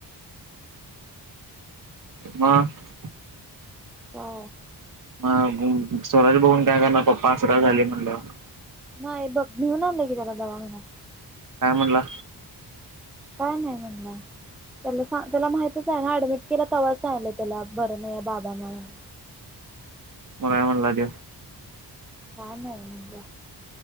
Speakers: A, on the right (about 55°); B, in the centre.
A: म <unintelligible>
B: काय?
A: म स्वराज बघून काय करणार पप्पा आस का झालय म्हणल्या वर
B: नाही बघ घेऊन नेऊन आणलय की त्याला दवाखान्यात
A: काय म्हणला
B: काय नाही म्हणला त्याला सा त्याला माहितच आहे ना ऍडमिट केलं तेव्हाच सांगीतलय त्याला बर नाही बाबाांना म्हणून
A: म काय म्हणला त्यो
B: काय नाही म्हनला